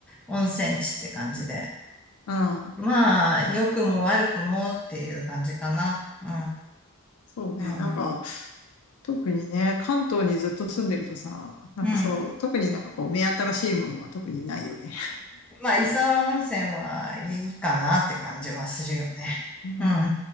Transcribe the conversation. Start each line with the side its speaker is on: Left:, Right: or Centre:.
Centre: 温泉地って感じで。
Left: うん。
Centre: まあ、良くも悪くもっていう感じかな。う
Left: そうね。
Centre: ん。うん。
Left: なんか、特にね、関東にずっと住んでるとさ、なんかそう、
Centre: うん。
Left: 特になんかこう、目新しいものは特にないよね。
Centre: まあ、伊沢温泉はいいかなって感じはするよね。
Left: うん。
Centre: うん。